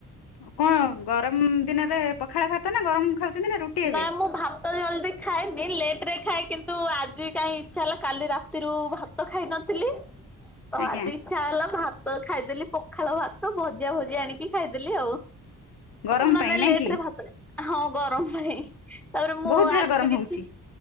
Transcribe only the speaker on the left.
ଆଉ କଣ ଗରମ ଦିନରେ ପଖାଳ ଖାତ ନା ଗରମ ଖାଉଛନ୍ତି ରୁଟି ଏବେ?
ଆଜ୍ଞା
ଗରମ ପାଇଁ ନାଇଁ
କି
ବହୁତ ଜୋର
ଗରମ
ହଉଛି।